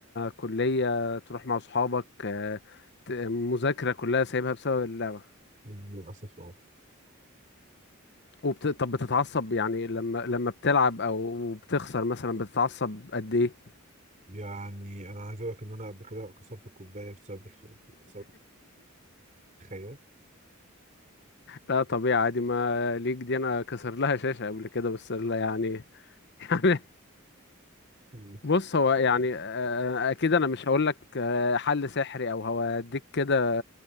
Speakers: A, on the left; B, on the right.
A: كليه تروح مع اصحابك آه، ت- مذاكره كلها سايبها بسبب اللعبه
B: للاسف اه
A: وبت... طب بتتعصب يعني لما لما بتلعب او بتخسر مثلا بتتعصب قد ايه
B: يعني انا عايز اقول لك ان انا قبل كده كسرت الكوبايه بسبب الخ- بسبب الخيال
A: لا طبيعي عادي ما ليك دي انا كسر لها شاشة قبل كده بس لا يعني <laughs>
B: <laughs>
A: بص هو يعني آه، آه، اكيد انا مش هقول لك آه، حل سحري او هوديك كده